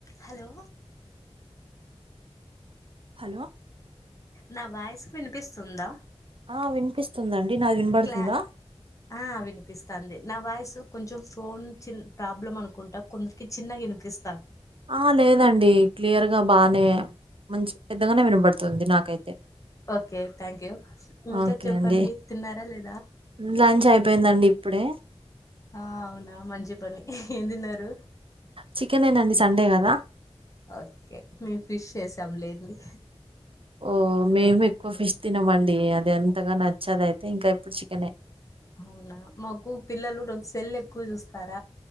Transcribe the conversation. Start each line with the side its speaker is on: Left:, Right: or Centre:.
Left: Hello
Right: hello
Left: నా voice వినిపిస్తుందా
Right: ఆ వినిపిస్తుందండి నాది వినపడుతుందా
Left: క్లా ఆ వినిపిస్తాంది నా వాయిసు కొంచెం ఫోన్ ప్రాబ్లం అనుకుంటా కొంచం చిన్నగానిపిస్తు
Right: ఆ లేదండి క్లియర్ గా బాగానే మంచి పెద్దగానే వినబడుతుంది నాకైతే
Left: ఓకే థ్యాంక్ యూ ఇంకా
Right: ఓకే
Left: చెప్పండి
Right: అండి
Left: తిన్నారా లేదా
Right: లంచ్ అయిపోయిందండి ఇప్పుడే
Left: ఆ అవునా మంచి పని ఏం తిన్నారు
Right: చికెన్ ఏనాండి సండే కదా
Left: ఓకే మేము ఫిష్ చేసాం లేండి
Right: ఓ మేము ఎక్కువ ఫిష్ తినమండి అది అంతగా నచ్చద అయితే ఇంకా ఇప్పుడు చికెన్
Left: అవునా మాకు పిల్లలు రంత సెల్లు ఎక్కువ చూస్తార